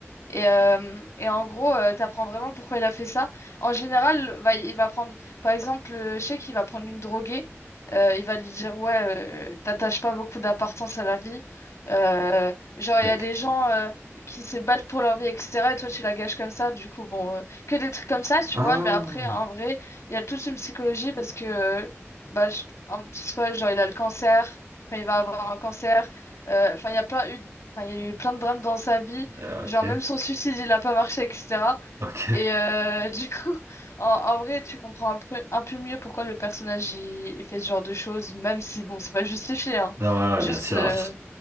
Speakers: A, on the left; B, on the right.
A: Et, euh, et en gros, euh, t'apprends vraiment pourquoi il a fait ça. En général, va, il va prendre, par exemple, euh, je sais qu'il va prendre une droguée, euh, il va lui dire, ouais, euh, t'attaches pas beaucoup d'importance à la vie. Euh, genre, il
B: Ok.
A: y a des gens euh, qui se battent pour leur vie, etc. Et toi, tu la gâches comme ça. Du coup, bon, euh, que des trucs comme ça, tu
B: Ah,
A: vois. Mais après, en vrai, il y a toute une psychologie parce que, euh, bah, je- un petit soit, genre, il a le cancer, enfin, il va avoir un cancer. Euh, Enfin, il y a plein eu, enfin, il y a eu plein de drames dans sa vie.
B: euh,
A: Genre
B: ok.
A: même son suicide, il a pas marché, etc.
B: <laughs> ok.
A: Et euh, du coup, <laughs> en, en vrai, tu comprends un peu, un peu mieux pourquoi le personnage il, il fait ce genre de choses, même si bon, c'est pas justifié, hein.
B: Ah ouais, ouais,
A: Juste,
B: bien sûr.
A: euh,